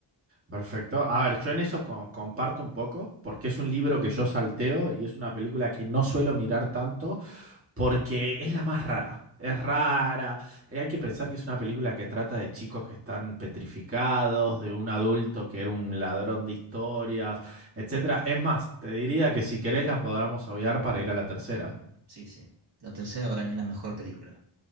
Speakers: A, on the right; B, on the right.
A: Perfecto. A ver, yo en eso con- comparto un poco, porque es un libro que yo salteo y es una película que no suelo mirar tanto porque es la más rara. Es rara. Eh, Hay que pensar que es una película que trata de chicos que están petrificados, de un adulto que era un ladrón de historias, etcétera. Es más, te diría que si querés la podamos obviar para ir a la tercera.
B: Sí, sí. La tercera para mí es la mejor película,